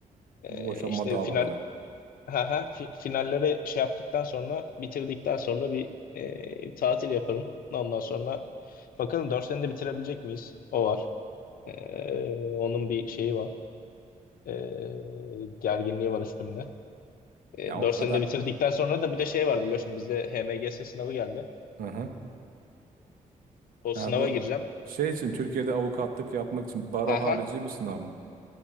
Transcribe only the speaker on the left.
E,
işte
final ha ha fi- finalleri şey yaptıktan sonra bitirdikten sonra bir e, tatil yaparım. Ondan sonra bakalım 4 senede bitirebilecek miyiz? O var. E, onun bir şeyi var. E, gerginliği var üstümde. E,
4
senede bitirdikten sonra da bir de şey var biliyorsun bizde HMGS sınavı geldi.
O
sınava
gireceğim.
Aha.